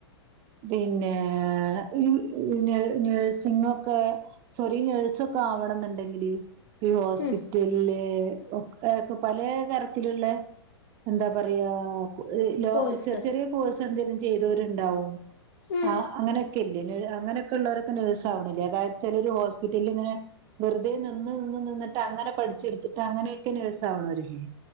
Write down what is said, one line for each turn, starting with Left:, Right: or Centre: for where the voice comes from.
Right: പിന്നെ ഈ നഴ് നഴ്സിങ്ങൊക്കെ സോറി നേഴ്സൊക്കെ ആവണംന്നുണ്ടെങ്കില് ഈ ഹോസ്പിറ്റലിലെ
Left: ഉം
Right: ഒക്കയാകും പലെ തരത്തിലുള്ള എന്താ പറയാ ഈ ലോക്
Left: കോഴ്സ്
Right: ചെറിയ ചെറിയ കോഴ്സ ക്കന്തേലും ചെയ്തോരുണ്ടാവും
Left: ഉം
Right: ആഹ് അങ്ങനെയൊക്കെയില്ലേ നഴ് അങ്ങനൊക്കെള്ളവരൊക്കെ നേഴ്സ് ആവണില്ലേ അതായത് ചെലരു ഹോസ്പിറ്റലിൽ ഇങ്ങനെ വെറുതെ നിന്ന് നിന്ന് നിന്നിട്ട് അങ്ങനെ പഠിച്ചെടുത്തിട്ട് അങ്ങനെയൊക്കെ നേഴ്സാവണോരില്ലെ